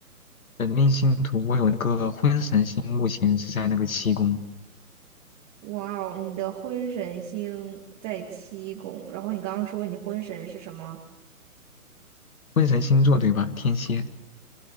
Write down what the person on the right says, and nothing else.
哇哦，你的婚神星在七宫，然后你刚刚说你婚神是什么？